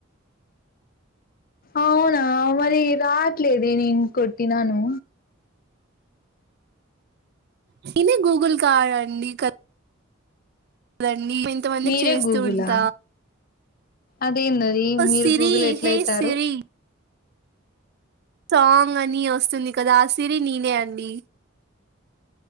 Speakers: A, on the left; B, on the right.
A: అవునా మరి రావట్లేదే నేను కొట్టినాను
B: <unintelligible> గూగుల్ కార్ అండి <unintelligible> ఇంతమందికి
A: మీరే
B: చేస్తూ
A: గూగులా
B: ఉంట
A: అదేందది మీరు
B: సిరి
A: గూగుల్ ఎట్ల
B: హే
A: అయితారు
B: సిరి సాంగ్ అని వస్తుంది కదా ఆ సిరి నేనే అండి